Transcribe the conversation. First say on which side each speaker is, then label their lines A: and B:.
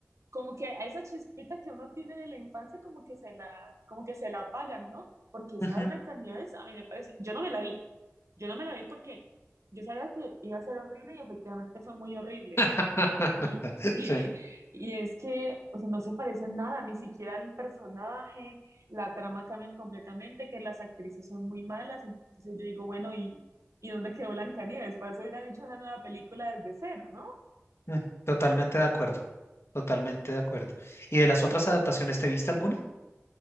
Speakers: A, on the right; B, on the left.
A: como que a esa chispita que uno tiene de la infancia como que se la, como que se la apagan, ¿no? Porque esa
B: Ujú.
A: de Blancanieves a mí me parece, yo no me la vi, yo no me la vi porque yo sabía que iba a ser horrible y efectivamente fue muy horrible,
B: <laughs>
A: y, <laughs> y,
B: Sí,
A: y es que, o sea, no se parecen nada, ni siquiera el personaje, la trama cambian completamente, que las actrices son muy malas, entonces yo digo, bueno, ¿y, y dónde quedó Blancanieves? Para eso hubieran hecho una nueva película desde cero, ¿no?
B: mm, totalmente de acuerdo, totalmente de acuerdo. ¿Y de las otras
A: Sí.
B: adaptaciones, te viste alguna?